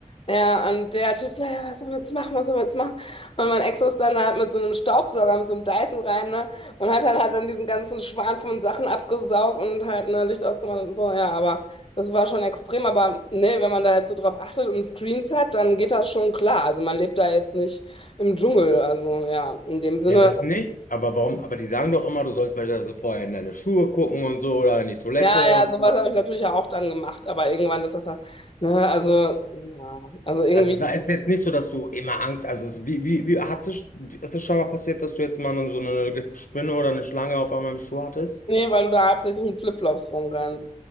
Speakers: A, on the left (about 40°); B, on the left (about 70°).
A: Ja, und der Typ so, ja, was sollen wir jetzt machen, was sollen wir jetzt machen? Und mein Ex ist dann halt mit so einem Staubsauger, mit so einem Dyson rein, ne? Und hat dann halt dann diesen ganzen Schwarm von Sachen abgesaugt und halt, ne, Licht ausgemacht und so, ja, aber das war schon extrem, aber ne, wenn man da jetzt so drauf achtet und Screens hat, dann geht das schon klar. Also man lebt da jetzt nicht im Dschungel, also ja, in dem Sinne
B: Ja, das nicht. Aber warum? Aber die sagen doch immer, du sollst beispielsweise vorher in deine Schuhe gucken und so oder in die Toilette
A: Ja, ja,
B: und
A: sowas
B: so.
A: habe ich natürlich ja auch dann gemacht, aber irgendwann ist das ja, ne, also, ja, also irgendwie,
B: Also da ist jetzt nicht so, dass du immer Angst. Also es, wie, wie, wie hat es, ist es schon mal passiert, dass du jetzt mal so eine Spinne oder eine Schlange auf einmal im Schuh hattest?
A: nee, weil du da hauptsächlich mit Flipflops rumrennst.